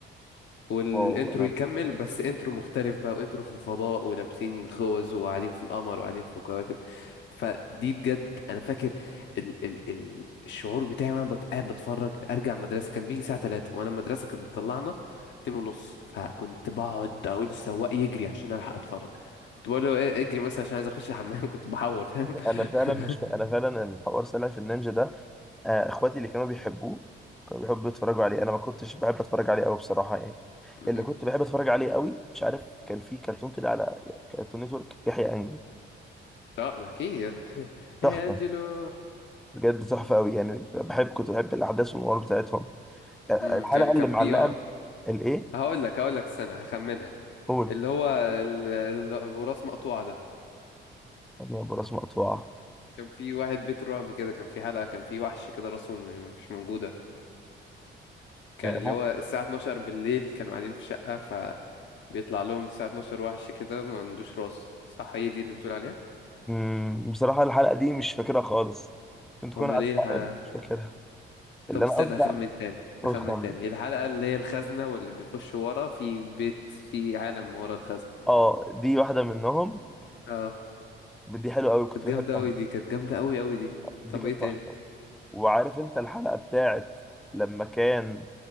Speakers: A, on the left; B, in the centre.
A: والانترو
B: واو انا
A: يكمل بس انترو مختلف بقى وانترو في الفضاء ولابسين خوذ وقاعدين في القمر وقاعدين في الكواكب فدي بجد انا فاكر ال ال ال الشعور بتاعي وانا بت- قاعد بتفرج ارجع مدرسه كان بيجي الساعه 3 وانا المدرسه كانت بتطلعنا 2 ونص فكنت بقعد اقول للسواق يجري عشان الحق اتفرج كنت بقول له إيه اجري مثلا عشان عايز اخش الحمام <laughs> كنت بحور فاهم
B: انا فعلا مش
A: <laughs>
B: انا فعلا الحوار سلاحف النينجا ده آه، اخواتي اللي كانوا بيحبوه كانوا بيحبوا يتفرجوا عليه انا ما كنتش بحب اتفرج عليه قوي بصراحه يعني
A: أمم.
B: اللي كنت بحب اتفرج عليه قوي مش عارف كان في كرتون كده على كرتون نتورك يحيى انجل
A: اه اكيد <laughs>
B: تحفه
A: يا انجلو
B: بجد تحفه قوي يعني بحب كنت بحب الاحداث والامور بتاعتهم آه،
A: أمم،
B: الحلقه
A: كان كان
B: اللي معلقه
A: في اه
B: الايه
A: هقول لك هقول لك استنى هخمنها
B: قول
A: اللي هو ال- ال- ابو راس مقطوعه ده
B: يا ابو راس مقطوعه
A: كان في واحد بيت رعب كده كان في حلقه كان في وحش كده راسه م- مش موجوده كان
B: آه،
A: اللي هو الساعه 12 بالليل كانوا قاعدين في شقه فبيطلع لهم الساعه 12 وحش كده ما عندوش راس صح هي دي اللي بتقول عليها
B: مم، بصراحه الحلقه دي مش فاكرها خالص كنت كنت
A: امال
B: عدت
A: ايه الحلقه
B: عليها، مش فاكرها اللي
A: طب
B: انا
A: استنى
B: قصدي
A: هخمن
B: عليه-
A: تاني
B: قول
A: هخمن
B: خمن
A: تاني الحلقه اللي هي الخزنه واللي بيخش ورا في بيت في عالم ورا الخزنه
B: اه دي واحده منهم
A: اه
B: دي حلوه قوي كنت
A: كانت
B: بحبها
A: جامده قوي دي كانت جامده قوي قوي دي
B: دي
A: طب
B: كانت
A: ايه تاني
B: تحفه وعارف انت الحلقة بتاعت لما كان